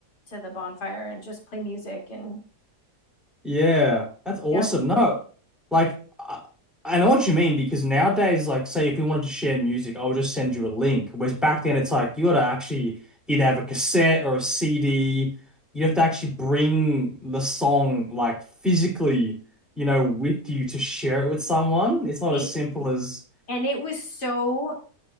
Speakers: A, on the left; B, in the centre.
A: to the bonfire and just play music and
B: Yeah, that's awesome.
A: yeah
B: No, like I, I know what you mean because nowadays, like, say if we wanted to share music, I would just send you a link. Whereas back then, it's like you got to actually either have a cassette or a CD. You have to actually bring the song like physically, you know, with you to share it with someone. It's not
A: It-
B: as simple as.
A: and it was so